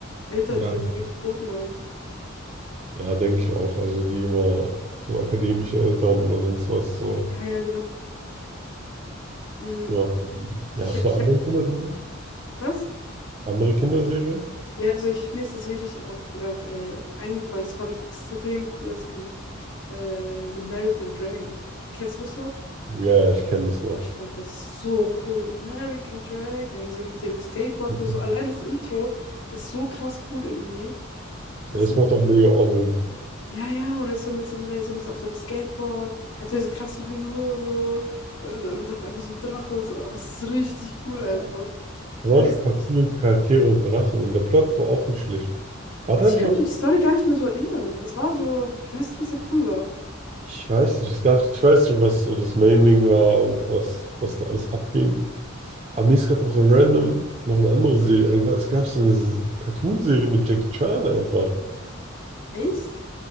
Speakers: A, on the left (about 75°); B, on the right (about 30°).
A: Eltern,
B: ja,
A: die das irgendwie verboten haben.
B: ja, denke ich auch. Also die immer, also akademische Eltern oder sonst was so.
A: Ja, ja, genau. Mm,
B: Ja, ähm,
A: Ich
B: ja, hast
A: hab, ich
B: du andere
A: hab,
B: Kinderserie?
A: was?
B: Andere Kinderserie?
A: Ja, also ich, mir ist tatsächlich auch gerade äh, eingefallen, das fand ich extrem cool als Kind. Äh, The American Dragon. Kennst du das noch?
B: Ja, ja, ich kenne das noch.
A: Boah, ich fand das so cool. The American Dragon, diese mit dem Skateboard
B: Ja,
A: und so. Allein das Intro ist so krass cool irgendwie. Weißt
B: das
A: du?
B: macht auch mega Ohrwurm.
A: Ja, ja, und er ist so mit, den, er ist so mit auf seinem Skateboard, hat so diese krasse Frisur, so, und dann wird auf einmal so ein Drache und so, aber es ist richtig cool
B: Da
A: einfach. Ich
B: waren
A: weiß
B: schon ein paar
A: nicht.
B: coole Charaktere und Drachen und der Plot war auch nicht schlecht. War
A: Also
B: da
A: ich
B: nicht
A: kann
B: auch
A: mich an die Story gar nicht mehr so erinnern. Was war so? Ich weiß nur, dass er cool war.
B: Ich weiß nicht, es gab, ich weiß nicht, was so das Main-Ding war und was, was da alles abging. Aber mir ist gerade auch random noch eine andere Serie eingefallen. Es gab so eine S- Cartoon-Serie mit Jackie Chan einfach.
A: Echt?